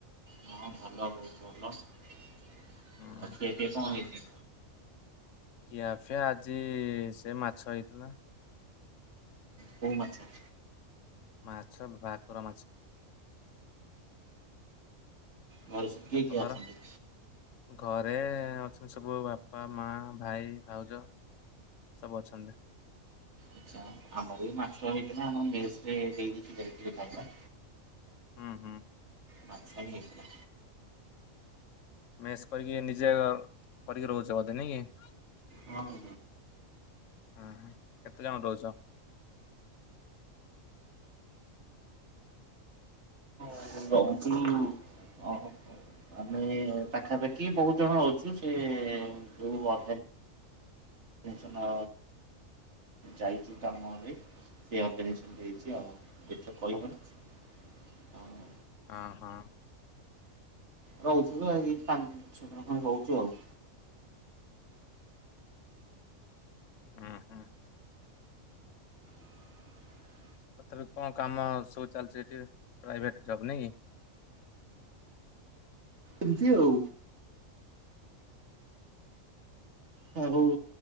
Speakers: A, on the right; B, on the left.
A: ହଁ ଭଲ ବହୁତ ଭଲ ଆଉ
B: ହୁଁ
A: ଖିଆପିଆ କଣ ହେଇଛି।
B: ଖିଆ ପିଆ ଆଜି ସେ ମାଛ ହେଇଥିଲା।
A: କୋଉ ମାଛ?
B: ମାଛ ଭାକୁର ମାଛ।
A: ଘରେ ସବୁ କିଏ
B: ଆଉ
A: କିଏ
B: ତମର?
A: ଅଛନ୍ତି।
B: ଘରେ ଅଛନ୍ତି ସବୁ ବାପା ମା ଭାଇ ଭାଉଜ। ସବୁ ଅଛନ୍ତି।
A: ଆଛା ଆମର ବି ମାଛ ହେଇଥିଲା ଆମ ମେସ ରେ ଦେଇ ଦେଇକି ଯାଇଥିଲେ ଖାଇବା।
B: ହୁଁ ହୁଁ।
A: ମାଛ ହିଁ ହେଇଥିଲା।
B: ମେସ୍ କରିକି ନିଜେ ଅ କରିକି ରହୁଛ ବୋଧେ ନାଇ କି?
A: ହଁ ହ।
B: ଉଁ ହୁଁ କେତେ ଜଣ ରହୁଛ?
A: ଆଗରୁ ରହୁଥିଲୁ। ଓହୋ ଆମେ ପାଖାପାଖି ବହୁତ ଜଣ ଅଛୁ ସେ ଯୋଉ ଅର୍ଗା ନାଇଯେସ୍ନ ଯାଇଛୁ କାମରେ। ସେ ଅର୍ଗାନାଇେସନ୍ ଦେଇଛି ଆଉ ଏଠି ଆଉ କହି ହବନି ଆଉ।
B: ହଁ ହଁ।
A: ରହୁଥିଲୁ ଏଇ ପାଞ୍ଚ ଛଅ ଜଣ ଖଣ୍ଡେ ରହୁଛୁ ଆଉ।
B: ହୁଁ ହୁଁ।
A: <inaudible>
B: ତଥାପି କଣ କାମ ସବୁ ଚାଲିଛି ଏଠି ପ୍ରାଇଭେଟ୍ ଜବ୍ ନାହିଁ କି?
A: ଏମତି ଆଉ ହଉ।